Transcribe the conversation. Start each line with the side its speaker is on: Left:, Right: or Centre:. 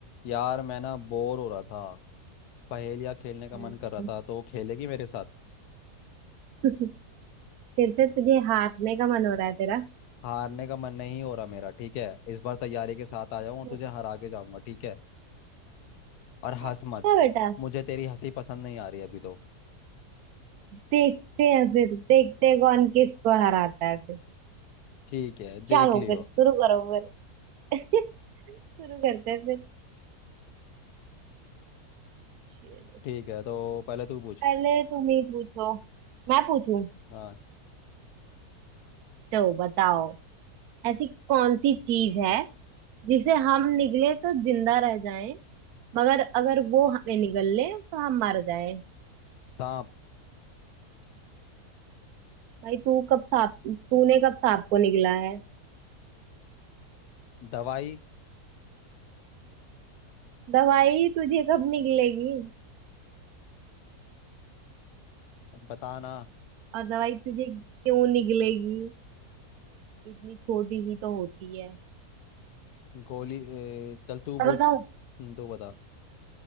Left: यार मैं ना बोर हो रहा था पहेलियाँ खेलने का
Right: हम्म।
Left: मन कर रहा था तो खेलेगी मेरे साथ
Right: <laughs> फिर से तुझे हारने का मन हो रहा है तेरा
Left: हारने का मन नहीं हो रहा मेरा ठीक है इस बार तैयारी के साथ आया हूँ और
Right: हम्म,
Left: तुझे हरा के जाऊंगा ठीक है और हंस
Right: अच्छा
Left: मत
Right: बेटा
Left: मुझे तेरी हंसी पसंद नहीं आ रही अभी तो
Right: देखते हैं फिर देखते हैं कौन किसको हराता है फिर
Left: ठीक है
Right: चलो
Left: देख लियो
Right: फिर शुरू करो फिर <laughs> शुरू करते हैं फिर चलो
Left: ठीक है तो पहले तू पूछ
Right: पहले तुम ही पूछो मैं पूछूं
Left: हाँ
Right: तो बताओ ऐसी कौन सी चीज है जिसे हम निगले तो जिंदा रह जाएं मगर अगर वो हमें निगल ले तो हम मर जाएं
Left: सांप
Right: भाई तू कब सांप तूने कब सांप को निगला है
Left: दवाई
Right: दवाई तुझे कब निकलेगी
Left: बताना
Right: और दवाई तुझे क्यों निकलेगी इतनी छोटी ही तो होती है
Left: गोली ए, चल तू
Right: मैं
Left: पूछ
Right: बताऊं
Left: हम्म, तू बता